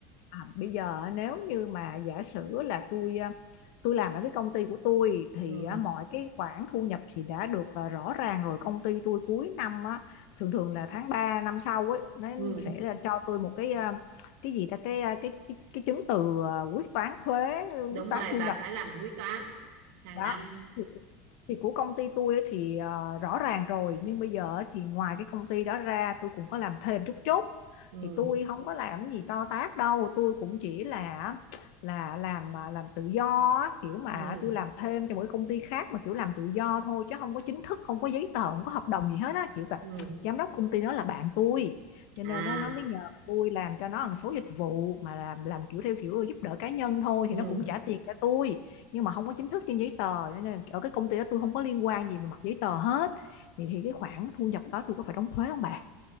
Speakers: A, on the left (about 55°); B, on the right (about 60°).
A: À, bây giờ nếu như mà giả sử là tôi à, tôi làm ở cái công ty của tôi thì
B: ừ
A: à, mọi cái khoản thu nhập thì đã được à, rõ ràng rồi công ty tôi cuối năm á, thường thường là tháng 3 năm sau ấy nó
B: ừ
A: sẽ là cho tôi một cái à, cái gì ta cái à, cái cái, cái chứng từ à, quyết toán thuế quyết
B: đúng
A: toán
B: rồi
A: thu
B: bà
A: nhập
B: phải làm quyết toán hàng
A: đó
B: năm
A: thì, thì của công ty tôi ấy thì à, rõ ràng rồi nhưng bây giờ thì ngoài cái công ty đó ra tôi cũng có làm thêm chút chút
B: ừ
A: thì tôi không có làm gì to tát đâu tôi cũng chỉ là là làm à, làm tự do á, kiểu mà
B: ừ
A: tôi làm thêm cho mỗi công ty khác mà kiểu làm tự do thôi chứ không có chính thức không có giấy tờ không có hợp đồng gì hết á kiểu là
B: ừ
A: giám đốc công ty đó là bạn tôi cho nên
B: à
A: nó, nó mới nhờ tôi làm cho nó một số dịch vụ mà làm làm kiểu theo kiểu giúp đỡ cá nhân thôi
B: ừ
A: thì nó cũng trả tiền cho tôi nhưng mà không có chính thức trên giấy tờ cho nên ở cái công ty đó tôi không có liên quan gì mà mặt giấy tờ hết thì thì cái khoản thu nhập đó tôi có phải đóng thuế không bà